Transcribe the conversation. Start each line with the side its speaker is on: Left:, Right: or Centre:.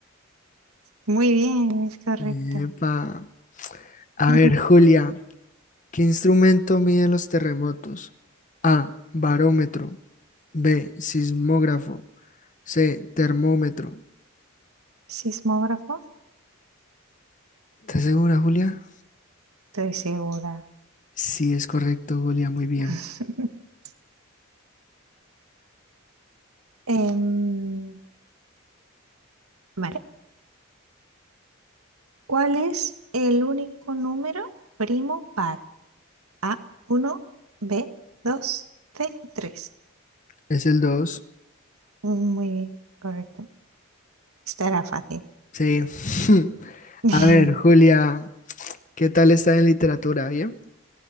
Right: Muy bien, es correcto.
Left: Epa, A
Right: <laughs>
Left: ver, Julia, ¿qué instrumento mide los terremotos? A, barómetro. B, sismógrafo. C, termómetro.
Right: Sismógrafo.
Left: ¿Estás segura, Julia?
Right: Estoy segura.
Left: Sí, es correcto, Julia, muy bien.
Right: <laughs> Em, vale. ¿Cuál es el único número primo par? A, uno, B, 2, C, 3.
Left: Es el dos.
Right: Mm, Muy bien, correcto. Esta era fácil.
Left: Sí. <laughs>
Right: <laughs>
Left: A ver, Julia, ¿qué tal está en literatura? ¿Bien?